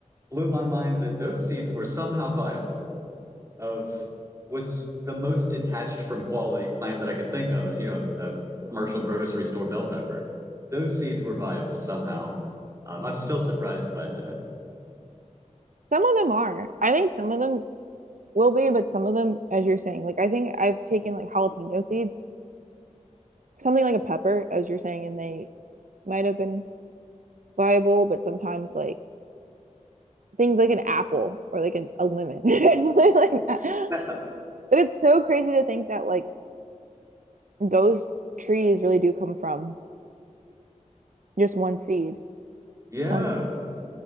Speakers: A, on the right (about 25°); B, on the right (about 85°).
A: blew my mind that those seeds were somehow viable of was the most detached from quality plant that I could think of, you know, a commercial grocery store bell pepper. Those seeds were viable somehow. Um, I'm still surprised by that.
B: Some of them are. I think some of them will be, but some of them, as you're saying, like I think I've taken like jalapeno seeds, something like a pepper, as you're saying, and they might have been viable, but sometimes like things like an apple or like an, a lemon <laughs> or something like that.
A: <laughs>
B: But it's so crazy to think that like those trees really do come from just one seed.
A: Yeah,
B: Um,